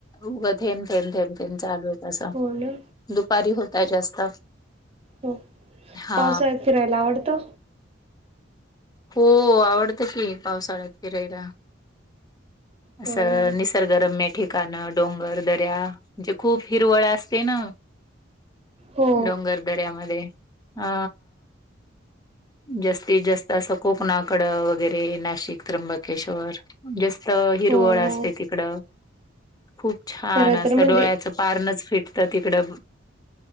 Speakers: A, on the left; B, on the right.
A: उगं थेम थेम थेम थेम चालू आहे तसं
B: हो ना
A: दुपारी होता जास्त
B: हो
A: हा
B: पावसाळ्यात फिरायला आवडतं.
A: हो आवडतं की पावसाळ्यात फिरायला.
B: हो
A: असं निसर्गरम्य ठीक कानं, डोंगर, दर्या म्हणजे खूप हिरवळ असते ना,
B: हो
A: डोंगर. दऱ्यामध्ये अ जास्तीत जास्त तसं कोकणाकडं वगैरे नाशिक, त्र्यंबकेश्वर जस्त हिरवळ
B: हो हो
A: असते तिकड खूप छान
B: खरं
A: असत
B: तर म्हणजे
A: डोळ्याचं पारनच फिटत तिकडं